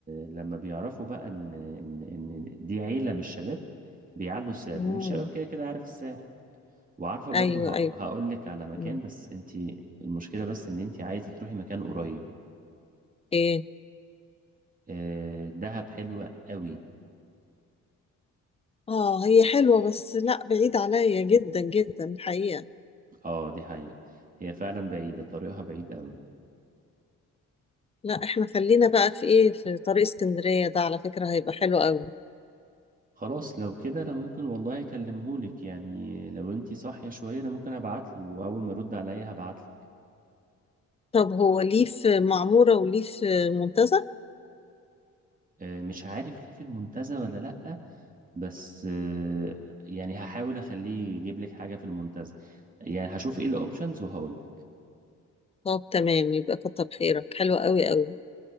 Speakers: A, on the right (about 25°); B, on the left (about 20°).
A: لما بيعرفوا بقى إن إن إن دي عيلة من الشباب بيعلوا السعر
B: مم.
A: لأن الشباب كده كده عارف السعر وعارفة برضو
B: ايوه ايوه
A: هقول لك على مكان
B: مم.
A: بس انت المشكلة بس ان انت عايزة تروحي مكان قريب
B: ايه
A: آه، دهب حلوة قوي
B: اه هي حلوة بس لا بعيد عليا جدا جدا الحقيقة
A: اه دي حقيقة هي فعلا بعيدة طريقها بعيد قوي
B: لا احنا خلينا بقى في ايه في طريق اسكندرية ده على فكرة هيبقى حلو قوي
A: خلاص لو كده انا ممكن والله اكلمهولك يعني لو انتي صاحية شوية انا ممكن ابعتله واول ما يرد عليا هبعتله
B: طب هو ليه في معمورة وليه في منتزه
A: آه، مش عارف ليه في المنتزه ولا لأ بس آه، يعني هحاول اخليه يجيب لك حاجة في المنتزه يعني هشوف ايه الاوبشنز وهقولك
B: طب تمام يبقى كتر خيرك حلو قوي قوي